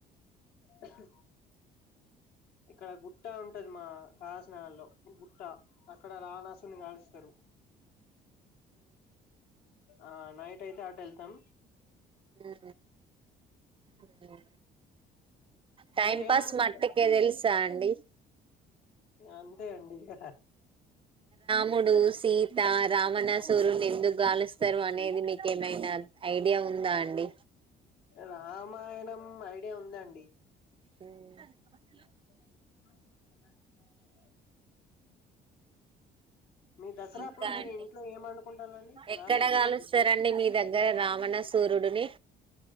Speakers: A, on the left (about 70°); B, on the right (about 30°).
A: త్తం ఇక్కడ గుట్ట ఉంటది మా కాసజ్ నగర్ లో ట్ట అక్కడ రావణాసురినీ కాలుస్తారు ఆ నైట్ అయితే అటూ ఎళ్తాం
B: ఉ ఉహు టైం
A: మీరు ఏమనుకుంటారు
B: పాస్ మటీకే తెలుసా అండి
A: అంతే అండి ఇగ
B: రాముడు సీత రామణసూరుని ఎందుకు గాలుస్తారు అనేది మీకేమైనా ఐడియా ఉందా అండి
A: రామాయణం ఐడియా ఉందండి
B: ఊ
A: <inaudible> మీ దసరా
B: ఇంకా
A: అప్పుడు మీరు
B: అండి
A: ఇంట్లో ఏం వండుకుంటాలండి
B: ఎక్కడ
A: నాన్ వెజ్ ఆ
B: కలుస్తారండి
A: వెజ్
B: మీ దగ్గర రావణ సూర్యుడు నీ